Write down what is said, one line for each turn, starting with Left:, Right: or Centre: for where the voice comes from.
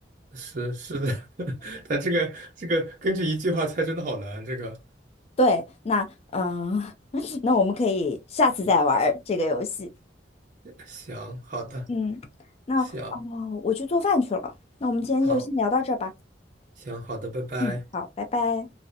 Right: 是是的，<laughs> 但这个这个根据一句话猜真的好难。这个
Left: 对，那嗯，呃 <laughs> 那我们可以下次再玩儿这个游戏。
Right: 行，好的
Left: 嗯，那哦，
Right: 行，
Left: 我去做饭去了。那我们今天就先聊到这儿吧。
Right: 好行好的，拜拜。
Left: 嗯，好，拜拜。